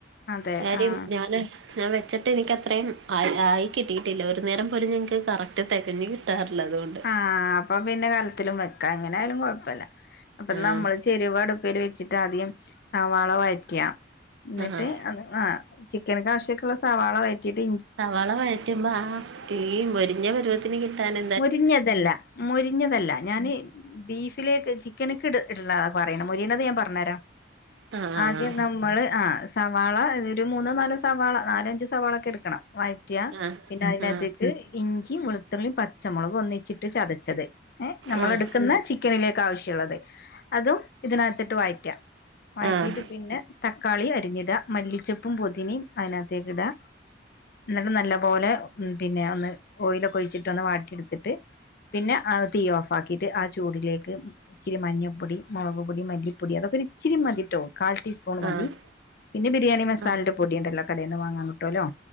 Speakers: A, on the left; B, on the right.
A: അതെ
B: കാര്യം
A: ആഹ്
B: ഞാന് ഞാൻ വെച്ചിട്ട് എനിക്കത്രയും ആ ആയി കിട്ടിയിട്ടില്ല ഒരു നേരം പോലും ഞങ്ങക്ക് കറക്റ്റ് തികഞ്ഞ് കിട്ടാറില്ല അതുകൊണ്ട്
A: ആഹ് അപ്പൊ പിന്നെ കലത്തിലും വെക്കാ അങ്ങനെ ആയാലും കൊഴപ്പല്ല അപ്പൊ
B: ആഹ്
A: നമ്മള് ചെരുവടുപ്പിൽ വെച്ചി ങ്ങട്ടാദ്യം സവാള വഴറ്റ ന്നട്ട്
B: ആഹ്
A: അത് ആഹ് ചിക്കൻകാവശ്യൊക്കുള്ള സവാള വയറ്റിട്ട്
B: സവാള വഴറ്റുമ്പോ ആഹ് ഈ മൊരിഞ്ഞ പരുവത്തിന് കിട്ടാന്
A: മൊരിഞ്ഞതല്ല മൊരിഞ്ഞതല്ല ഞാന് ബീഫിലേക്ക് ചിക്കൻക്ക് ഇട് ഇട്ണ പറയ്ണ മൊരിണത് ഞാൻ പറഞ്ഞരാ
B: ആഹ് ആഹ്
A: ആദ്യം നമ്മള് ആഹ് സവാള ഒരു മൂന്നോ നാലോ സവാള നാലഞ്ചു സവാള ഒക്കെ എടുക്കണം വയറ്റ
B: ആഹ് ആഹ്
A: പിന്നെ അതിനകത്തേക്ക്
B: ആഹ്
A: ഇഞ്ചി വെളുത്തുള്ളിയും പച്ചമുളക് ഒന്നിച്ചിട്ട് ചതച്ചത് ഏ നമ്മൾ
B: ആഹ് ആഹ്
A: എടുക്കുന്ന ചിക്കനിലേക്ക് ആവശ്യുള്ളത് അതും ഇതിനകത്തിട്ട് വയറ്റ വയറ്റിയിട്ട്
B: ആഹ്
A: പിന്നെ തക്കാളി അരിഞ്ഞിടാ മല്ലിച്ചപ്പും പൊതിനയും അതിനകത്തേക്ക് ഇടാ ഇന്നട്ട് നല്ല പോലെ പിന്നെ ഒന്ന് ഓയിലൊക്കെ ഒഴിച്ചിട്ട് ഒന്ന് വാട്ടിയിട്ത്തിട്ട് പിന്നെ ആ തീ ഓഫ് ആക്കീട്ട് ആ ചൂടിലേക്ക് ഇച്ചിരി മഞ്ഞപ്പൊടി മുളക് പൊടി മല്ലിപ്പൊടി അതൊക്കെ ഇച്ചരി മതിട്ടോ കാൽടീസ് പൂണ് മതി
B: ആഹ്
A: പിന്നെ ബിരിയാണി മസാല
B: ആഹ്
A: പൊടിയ ഉണ്ടല്ലോ കടയിൽന്ന് വാങ്ങാൻ കിട്ടോല്ലോ